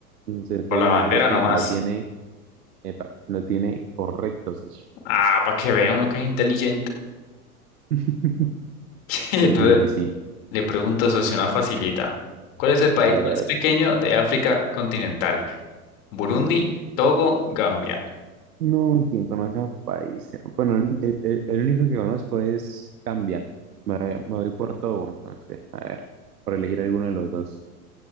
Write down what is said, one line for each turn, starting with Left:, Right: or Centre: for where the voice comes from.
Right: Entonces, ustedes
Left: Por la
Right: deben
Left: bandera
Right: decirle que
Left: nomás.
Right: lo tiene, epa, lo tiene correcto, socio.
Left: Ah, para que vea uno que es inteligente.
Right: <laughs>
Left: <laughs> Entonces,
Right: Pues sí, pues sí.
Left: Le pregunto, socio, una facilita. ¿Cuál es el país
Right: Hágale,
Left: más
Right: a ver.
Left: pequeño de África continental? Burundi, Togo, Gambia.
Right: No, ¿quién conoce a Paiza? Bueno, el, el- el- el único que conozco es Cambia. Me, me voy por todo, entonces, a ver, por elegir alguno de los dos.